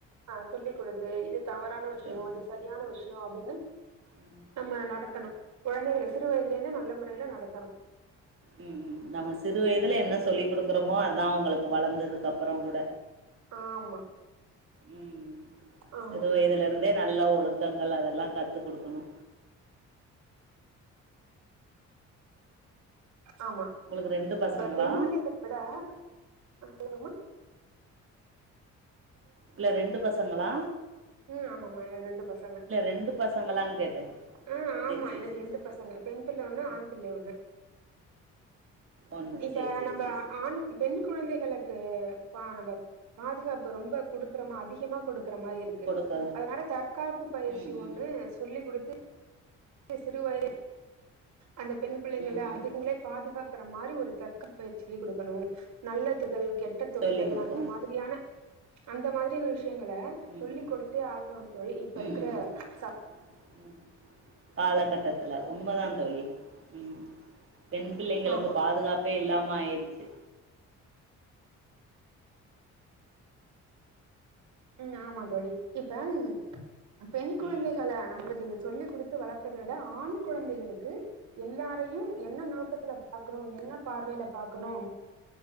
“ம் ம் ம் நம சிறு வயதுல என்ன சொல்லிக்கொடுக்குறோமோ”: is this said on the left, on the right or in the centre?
Right